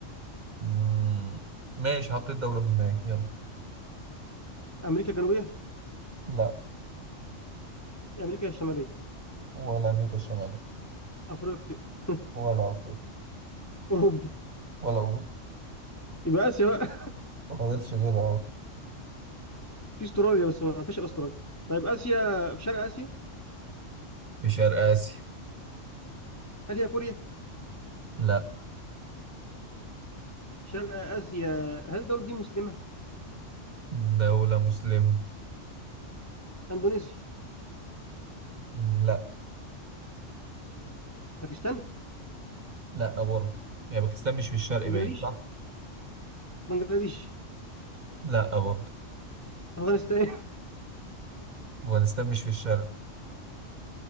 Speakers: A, on the right; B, on the left.
A: مم. ماشي حطيت دولة في دماغي يلا
B: امريكا الجنوبيه
A: لا
B: يا امريكا يا الشماليه
A: ولا أمريكا الشمالية
B: افريقيا <laughs>
A: ولا أفريقيا
B: اوروبا
A: ولا أوروبا
B: يبقى اسيا بقى
A: ما فضلش غيرها اه
B: <laughs> في استراليا بس ما فيش إلا استراليا طيب اسيا في شرق اسيا
A: في شرق آسيا
B: هل هي كوريا
A: لا
B: شرق اسيا هل الدوله دي مسلمه
A: دولة مسلمة
B: اندونيسيا
A: مم، لا
B: باكستان
A: لا برضه يعني باكستان مش في الشرق
B: بنجلاديش
A: باين صح؟
B: بنجلاديش
A: لا برضه
B: افغانستان
A: أفغانستان مش في الشرق